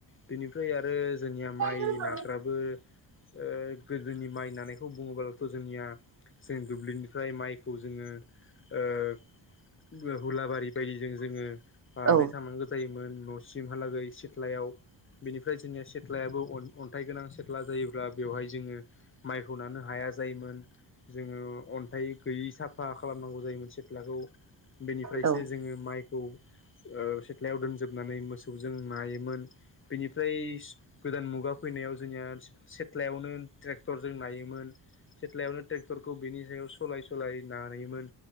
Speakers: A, on the left (about 30°); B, on the right (about 40°).
A: बेनिफ्राय आरो। आरो जोंनिया माइ
B: नंगौ
A: नाग्राबो ओ, गोदोनि माइ नानायखौ बुङोब्लाथ' जोंनिया दुब्लिनिफ्राय माइखौ जोङो ओ हुलाबारि बायदिजों जोङो बानानै
B: औ
A: थांनांगौ जायोमोन न' सिमहालागै सिथ्लायाव बेनिफ्राय जोंनिया सिथ्लायाबो अन अन्थाइ गोनां सिथ्ला जायोब्ला बेवहाय जोंङो माइखौ नानो हाया। हाया जायोमोन। जोंङो अनथाइ गैयि साफ साफफा खालामनांगौ जायोमोन सेथलाखौ बेनिफ्रायसो
B: औ
A: जोंङो माइ खौ ओ सेथ्लायाव दोनजोबनानै मोसौजों नायोमोन बिनिफ्राय गोदान मुगा फैनायाव जोंनिया सेथ्लायावनो ट्रेक्टरजों नायोमोन सेथ्लायावनो ट्रेक्टरखौ बेनि सायाव सलाय सलाय नायोमोन